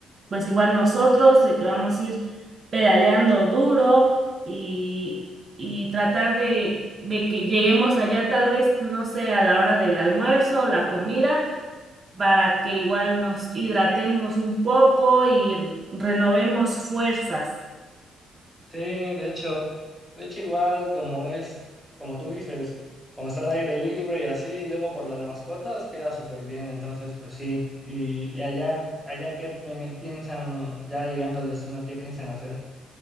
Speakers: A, on the right; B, in the centre.
A: pues igual nosotros, de que vamos a ir pedaleando duro y, y tratar de, de que lleguemos allá tal vez, no sé, a la hora del almuerzo o la comida para que igual nos hidratemos un poco y renovemos fuerzas.
B: Sí, de hecho, de hecho igual como es, como tú dices, como está al aire libre y así, y luego por las mascotas queda súper bien, entonces pues sí, y, y allá, allá qué pi- piensan, ya llegando al destino, qué piensan hacer.